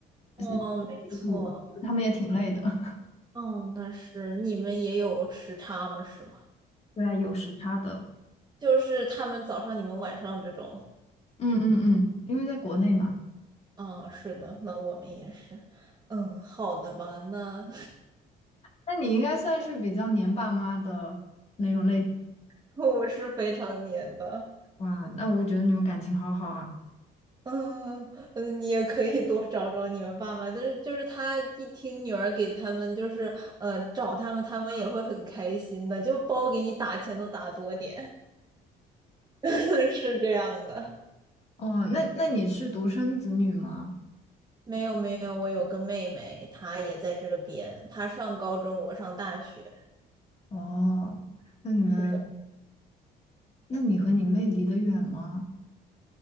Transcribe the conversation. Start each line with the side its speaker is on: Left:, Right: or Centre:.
Left: 呃洗衣服，
Right: 哦，没错。
Left: 他们也挺累的。<laughs>
Right: 哦，但是你们也有时差吗？是吗？
Left: 对啊，有时差的。
Right: 就是他们早上，你们晚上这种。
Left: 嗯嗯嗯，因为在国内嘛，
Right: 嗯，是的，那我们也是。嗯，好的吧，那
Left: 那你应该算是比较黏爸妈的那种类。
Right: <laughs> 我是非常黏的。
Left: 哇，那我觉得你们感情好好啊。
Right: 嗯，呃你也可以多找找你们爸妈，但是就是他一听女儿给他们就是呃找他们，他们也会很开心的，就包给你打钱都打多点，<laughs> 是这样的。
Left: 哦，那那你是独生子女吗？
Right: 没有没有，我有个妹妹，她也在这边，她上高中，我上大学。
Left: 哦，那你们，
Right: 是的，
Left: 那你和你妹离得远吗？